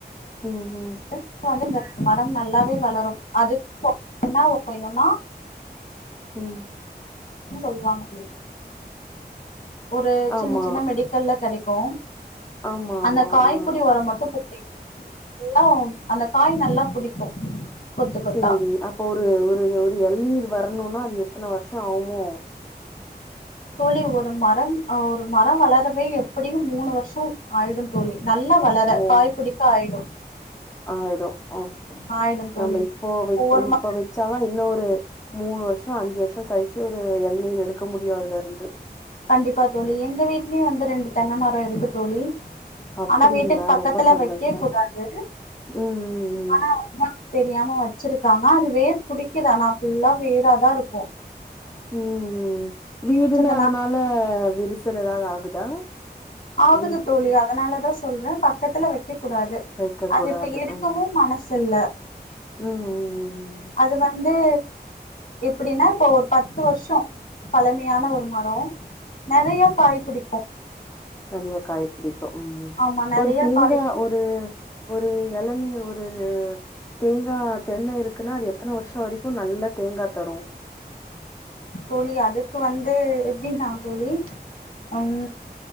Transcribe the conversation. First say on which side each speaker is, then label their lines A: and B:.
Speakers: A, on the left; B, on the left.
A: ம்
B: <unintelligible> மரம் நல்லாவே வளரும் அது பாத்திங்கனா ஒயர்ணுனா
A: ம்
B: என்ன சொல்லுவாங்களே ஒரு சின்ன
A: ஆமா
B: சின்ன மெடிக்கல்ல கிடைக்கு
A: ஆமா
B: அந்த
A: ஆமா
B: காய்
A: ஆ
B: படி உரம் மட்டு போட்டு அந்த காய் நல்லா புடிக்கு கொத்து கொத்தா
A: சேரி அப்ப ஒரு ஒரு ஒரு எளநீர் வரணுன்னா அது எத்தனை வருஷம் ஆகுமோ
B: தோழி ஒரு மரம் அ ஒரு மரோ வளரவே எப்படியு மூணு வருஷோ ஆயிடு தோழி நல்லா வளர
A: ஓ
B: காய் பிடிக்க ஆயிடு
A: ஆயிடு ஆமா
B: ஆயிடு தோழி
A: நம்ம இப்போ வைக்க
B: ஒவ்வொரு
A: இப்ப
B: ம
A: வச்சாதா இன்னு ஒரு மூணு வருஷோ அஞ்சு வர்ஷோ கழிச்சு ஒரு எளநீர் எடுக்க முடியு அதுல இருந்து
B: கண்டிப்பா தோழி எங்க வீட்லயு வந்து ரெண்டு தென்ன மரோ இருக்கு தோழி
A: அப்டிங்களா
B: ஆனா வீட்டுக்கு பக்கத்துல
A: ரொம்ப சந்தோஷோ
B: வைக்கக் கூடாது
A: ம் ம்
B: ஆனா வந்து அங்க தெரியாம வச்சிருக்காங்க அது வேர் புடிக்குது அனா ஃபுல்லா வேறாதா இருக்கு
A: ம்ம் வீடுன்னா
B: வச்சதுனா
A: அதனால விரிசல் எதாவது ஆகுதா
B: ஆகுது
A: வீட்
B: தோழி அதனாலதா சொல்றே பக்கத்துல வைக்க கூடாது
A: வைக்க
B: அது
A: கூடாது
B: இப்ப எடுக்கவு
A: ம்
B: மனசு இல்ல
A: ம் ம் ம்
B: அது வந்து எப்டின்னா இப்போ ஒரு பத்து வர்ஷோ பழமையான ஒரு மரோ நறைய காய் பிடிக்கு
A: நறையா காய் புடிக் கு ம்
B: ஆமா நெறைய
A: ஒரு தேங்கா
B: காய் பிடிக்கு
A: ஒரு ஒரு எளநீர் ஒரு தேங்கா தென்ன இருக்குன்னா அது எத்தன வருஷோ வரைக்கு நல்ல தேங்கா தரு
B: தோழி அதுக்கு வந்து எப்டினா தோழி அம்